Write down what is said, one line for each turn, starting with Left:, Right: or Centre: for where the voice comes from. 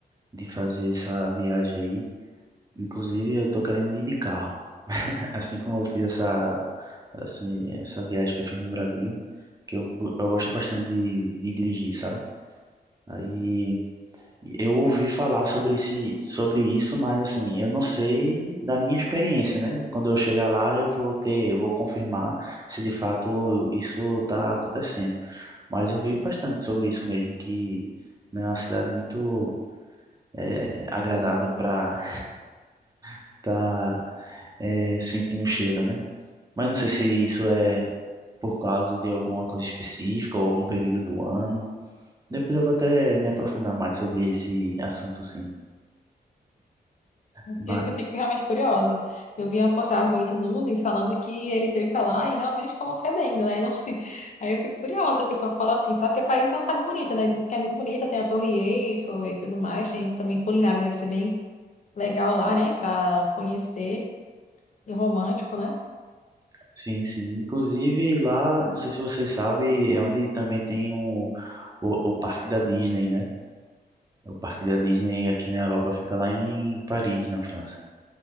Right: de fazer essa viagem aí. Inclusive, eu tô querendo ir de carro. <laughs> Assim como eu fiz essa, assim, essa viagem que eu fiz no Brasil, que eu, eu gosto bastante de, de dirigir, sabe? Aí eu ouvi falar sobre esse, sobre isso, mas assim, eu não sei da minha experiência, né? Quando eu chegar lá, eu vou ter, eu vou confirmar se de fato isso está acontecendo. Mas eu vi bastante sobre isso mesmo, que né, é uma cidade muito é, agradável para estar sentindo o cheiro, né? Mas não sei se isso é por causa de alguma coisa específica ou algum período do ano. Depois eu vou até me aprofundar mais sobre esse assunto, sim. Mas
Left: Que que eu fico realmente curiosa. Eu vi a postagem do Ita Nunes falando que ele veio pra lá e realmente estava fedendo, né? Não- <laughs> Aí eu fico curiosa, o pessoal fala assim, sabe que Paris é uma cidade bonita, né? Diz que é muito bonita, tem a Torre Eiffel e tudo mais, tem também culinária, deve ser bem legal lá, né? Pra conhecer e romântico, né?
Right: Sim, sim. Inclusive lá, não sei se vocês sabem, é onde também tem o, o, o Parque da Disney, né? O Parque da Disney aqui na Europa fica lá em Paris, na França.